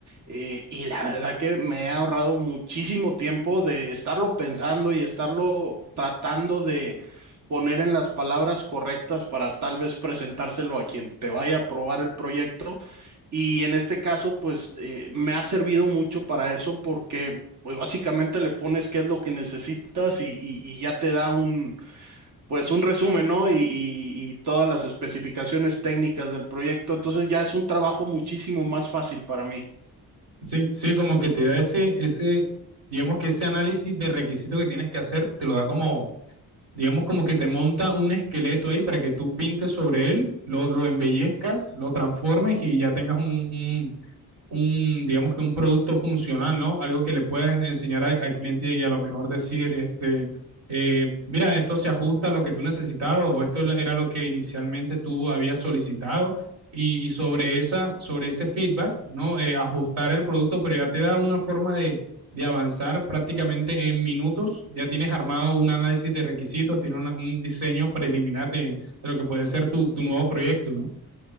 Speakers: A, on the right; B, on the right.
A: eh, y la verdad que me he ahorrado muchísimo tiempo de estarlo pensando y estarlo tratando de poner en las palabras correctas para tal vez presentárselo a quien te vaya a probar el proyecto. Y en este caso, pues eh, me ha servido mucho para eso porque pues básicamente le pones qué es lo que necesitas y, y- y ya te da un, pues un resumen, ¿no? Y, y y todas las especificaciones técnicas del proyecto. Entonces ya es un trabajo muchísimo más fácil para mí.
B: Sí, sí, como que te da ese, ese, digamos que ese análisis de requisito que tienes que hacer, te lo da como, digamos como que te monta un esqueleto ahí para que tú pintes sobre él, lo, lo embellezcas, lo transformes y ya tengas un, un- un, digamos que un producto funcional, ¿no? Algo que le puedes enseñar a- al cliente y a lo mejor decir, este, eh, mira, esto se ajusta a lo que tú necesitabas o esto era lo que inicialmente tú habías solicitado y, y sobre esa, sobre ese feedback, ¿no? Eh, ajustar el producto, pero ya te da una forma de, de avanzar prácticamente en minutos. Ya tienes armado un análisis de requisitos, tienes una- un diseño preliminar de, de lo que puede ser tu, tu nuevo proyecto, ¿no?